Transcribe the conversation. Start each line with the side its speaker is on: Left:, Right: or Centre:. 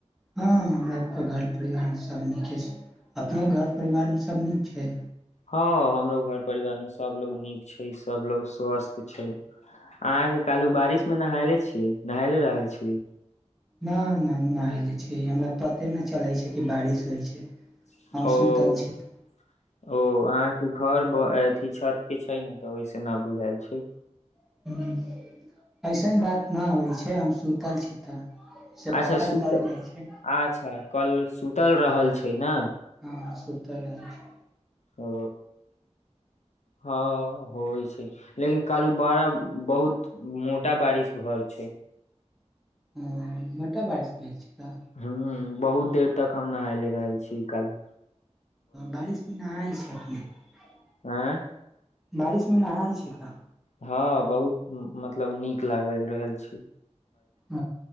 Centre: हँ हमरा <unintelligible> घर परिवार मे सब नीके छै अपने घर परिवारमे सब नीक छै
Left: हँ हमरो घर परिवार मे सभलोग नीक छै सभलोग स्वस्त छै अहाँ के काहलू बारिश मे नहयले छीयै नहयले रहल छीय
Centre: न न नएले छी हमरा पते न चलै छै कि बारिश होइ छै
Left: <unintelligible>
Centre: हम सुतल छी तऽ
Left: ओ अहाँकेँ घर अथी छत केँ छै नऽ तऽ ओहि से नऽ बुझल छै
Centre: <unintelligible> अइसन बात न होइ छै हम सुतल छी तऽ से
Left: अच्छा
Centre: पता
Left: सुतल
Centre: चल जाइ छै
Left: <inaudible> अच्छा कल सुतल रहल छै न
Centre: हँ सुत रहल
Left: ओ हँ होइ छै लेकिन कहलू बड़ा बहुत मोटा बारिश भऽ छै
Centre: ह मोटा बारिश भेल छै का
Left: हू बहुत देर तक हम नहाय रहल छी कल
Centre: बारिशमे नहाय छै अखनी
Left: आय
Centre: <inaudible> बारिशमे नहाय छै कहाँ
Left: हँ बहुत मतलब नीक लागल रहल छै
Centre: ह